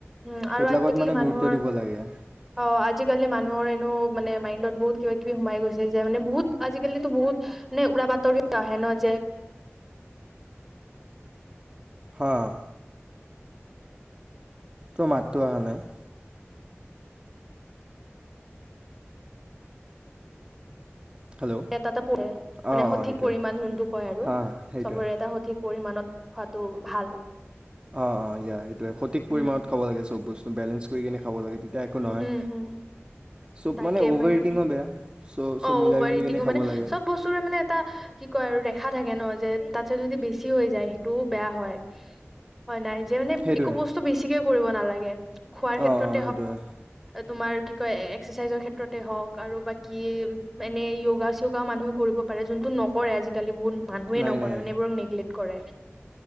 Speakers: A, in the centre; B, on the right.
A: উম,
B: সেইবিলাকত
A: আৰু আজিকালি
B: মানে
A: মানুহৰ
B: গুৰুত্ব দিব লাগে
A: অ', আজিকালি মানুহৰ এনেও মানে মাইণ্ডত বহুত কিবা কিবি সোমাই গৈছে যে মানে বহুত আজিকালিতো বহুত নে উৰা বাতৰি আহে ন' যে
B: হা। তোৰ মাতটো অহা নাই। হেল্ল'
A: <unintelligible> মানে
B: অঁ
A: সঠিক
B: অঁ সেইটোৱে
A: পৰিমাণ যোনটো কয় আৰু
B: হা সেইটোৱে
A: চবৰে এটা সঠিক পৰিমানত খোৱাটো ভাল।
B: অ', অ', য়া সেইটোয়ে সঠিক
A: উম
B: পৰিমাণত খাব লাগে চব বস্তু বেলেঞ্চ কৰি কেনে খাব লাগে, তেতিয়া একো নহয়
A: উম, উম।
B: চব
A: তাকে
B: অভাৰ
A: মানে
B: ইটিঙো বেয়া চ' চব
A: অ',
B: মিলাই
A: অভাৰইটিংও
B: মেলি কিনে খাব
A: মানে
B: লাগে
A: চব বস্তুৰে মানে এটা কি কয় আৰু ৰেখা থাকে ন' যে তাতছে যদি বেছি হৈ যায় সেইটোও বেয়া হয়। হয় নাই, যে মানে
B: সেইটোৱে
A: একো বস্তু বেছিকে কৰিব নালাগে খোৱাৰ ক্ষেত্ৰত
B: অ অ সেইটোৱে
A: তোমাৰ কি কয় এক্সাৰচাইজৰ ক্ষেত্ৰতে হওক আৰু বাকি এনে য়গা-চিয়গা মানুহ কৰিব পাৰে যোনটো নকৰে আজিকালি বহুত মানুহে
B: নাই
A: নকৰে
B: নাই
A: মানে এইবোৰক নেগলেট কৰে।